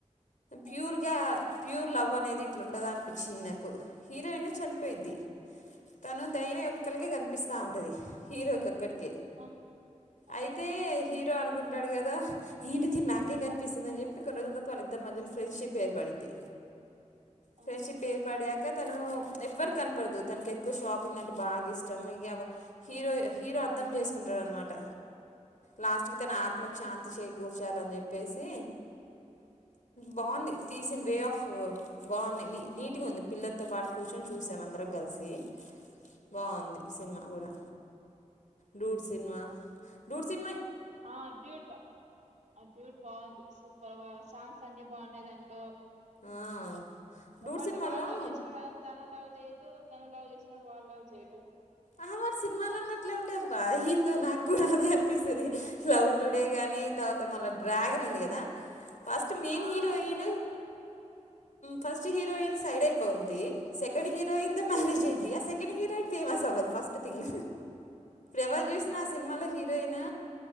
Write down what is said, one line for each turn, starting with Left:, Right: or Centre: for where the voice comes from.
Right: ఆ
Left: ప్యూర్గా ప్యూర్ లవ్ అనేది ఇట్లాంటదా అనిపించింది నాకు హీరోయిన్ చనిపోయిద్ది
Right: ఆ!
Left: తను తైన ఒక్కలకి కనిపిస్తా టది హీరోక అక్కడికి
Right: ఆ! ఆ!
Left: అయితే హీరో అను ఉంటాడు కదా ఎంటి తిని నాకే కనిపిస్తుందిని చెప్పి కొన్ని రోజుల తత వాళ్ళిద్దరు మధ్యలో ఫ్రెండ్షిప్ ఏర్పడిద్ది
Right: ఆ!
Left: ఫ్రెండ్షిప్ ఏర్పడ్యాక తను ఎవ్వరి కనపడదు తనకి ఎక్కువ షాపింగ్ అంటే బాగా ఇష్టం ఇక హీరోయ హీరో అర్థం చేసుకుంటాడ అనమాట లాస్ట్
Right: హ్మ్.
Left: క తన ఆత్మక్షాంతి చేకూర్చాలని చెప్పేసి బాగుంది తీసిన వే ఆఫ్ బాగుంది నీట్గా ఉంది పిల్లలతో పాటు కూర్చొని చూసాం అందరం కలిసి బాగుంది కూడా డూడ్ సినిమా డూడ్సి
Right: ఆ డ్యూడ్ బా డ్యూడ్ బాగుంది సూ పర్ మా సాంగ్స్ అన్నిీ బాగున్నాయి దాంట్లో
Left: ఆ, డూడ్
Right: బట్
Left: సినిమాలో
Right: వాడు లవ్ చేసిన దాన్ని తన లవ్ చేయదు తన లవ్ చేసినడు వాళ్ళు లవ్ చేయదు
Left: ఆహ వాడి సినిమాలు అన్నట్లే ఉంటే అబ్బా ఏందో నాకు కూడా అద అనిపిస్తుది లవ్ టుడే గాని తర్వాత మళ్ళా డ్రాగన్ ఉంది కదా ఫస్ట్ మెయిన్
Right: ఆ
Left: హీరోయిన్
Right: అది కూడా అంతే
Left: ఫస్ట్ హీరోయిన్ సైడ్ అయిపోద్ది సెకండ్ హీరోయి తో మ్యారేజ్ అయిద్ది ఆ సెకండ్ హీరోయిన్ ఫేమస్ అవ్వద్ ఫస్ట్ థింగ్ ఎవరు
Right: అవును
Left: చూసిన ఆ సినిమాలో హీరోయిన్